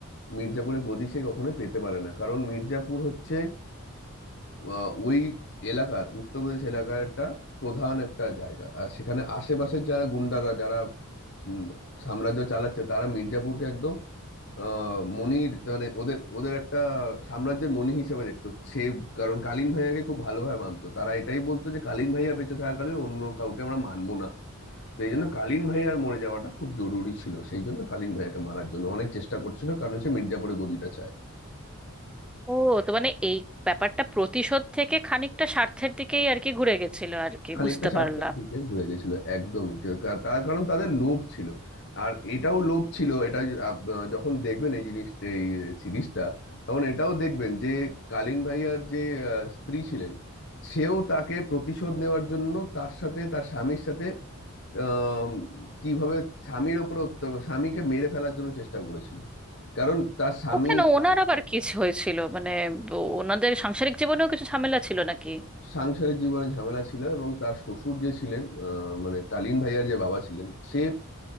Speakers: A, on the left; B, in the centre.
A: মির্জাপুরে গদি সে কখনোই পেতে পারে না কারণ মির্জাপুর হচ্ছে আহ, ওই এলাকার উত্তরপ্রদেশ এলাকার একটা প্রধান একটা জায়গা আর সেখানে আশেপাশের যারা গুন্ডারা যারা উম, সাম্রাজ্য চালাচ্ছে তারা মির্জাপুরকে একদম আহ মনির মানে ওদের ওদের একটা সাম্রাজ্যের মনি হিসেবে দেখতো সে কারণ কালীন ভাইয়াকে খুব ভালোভাবে মানতো তারা এটাই বলতো যে কালীন ভাইয়া বেঁচে থাকাকালীন অন্য কাউকে আমরা মানবো না তো এই জন্য কালীন ভাইয়ার মরে যাওয়াটা খুব জরুরি ছিল সেই জন্য কালীন ভাইয়াকে মারার জন্য অনেক চেষ্টা করছিল কারণ সে মির্জাপুরে গদিটা চায়
B: ও তো মানে এই ব্যাপারটা প্রতিশোধ থেকে খানিকটা স্বার্থের দিকেই আর কি ঘুরে গেছিল আর কি
A: খানিকটা
B: বুঝতে
A: স্বার্থের
B: পারলাম
A: দিকে ঘুরে গেছিল একদমই কা- তার কারণ তাদের লোভ ছিল আর এটাও লোভ ছিল এটা য- আপ- যখন দেখবেন এই জিনিসটা এই সিরিজটা তখন এটাও দেখবেন যে কালীন ভাইয়ার যে আহ, স্ত্রী ছিলেন সেও তাকে প্রতিশোধ নেওয়ার জন্য তার সাথে তার স্বামীর সাথে আম, কিভাবে স্বামীর ওপরে অত্য- স্বামীকে মেরে ফেলার জন্য চেষ্টা করেছিল কারণ তার স্বামী
B: ওখানে ওনার আবার কি হয়েছিল মানে ও- ওনাদের সাংসারিক জীবনেও কিছু ঝামেলা ছিল নাকি
A: সাংসারিক জীবনে ঝামেলা ছিল এবং তার শ্বশুর যে ছিলেন আহ, মানে কালীন ভাইয়ার যে বাবা ছিলেন সে